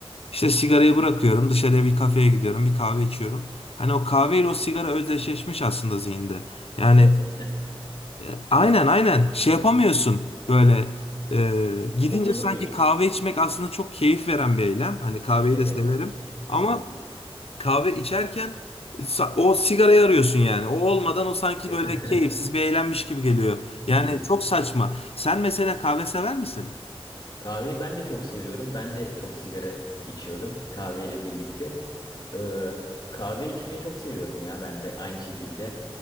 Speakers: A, on the left (about 70°); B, on the left (about 45°).
A: İşte sigarayı bırakıyorum, dışarıya bir kafeye gidiyorum, bir kahve içiyorum. Hani o kahveyle o sigara özdeşleşmiş aslında zihinde. Yani
B: E, e,
A: e, Aynen aynen şey yapamıyorsun böyle e, gidince
B: olmalı
A: sanki
B: diyorsun.
A: kahve içmek aslında çok keyif veren bir eylem. Hani kahveyi
B: Evet.
A: de severim ama
B: Kesinlikle.
A: kahve içerken sa- o sigarayı arıyorsun yani. O olmadan o sanki
B: E,
A: böyle keyifsiz
B: <laughs>
A: bir eğlenmiş gibi geliyor. Yani
B: geliyor.
A: çok saçma. Sen mesela kahve sever misin?
B: Kahveyi ben de çok seviyorum. Ben de çok sigara içiyordum kahveyle birlikte. Ee, kahve içmeyi çok seviyorum ya ben de aynı şekilde.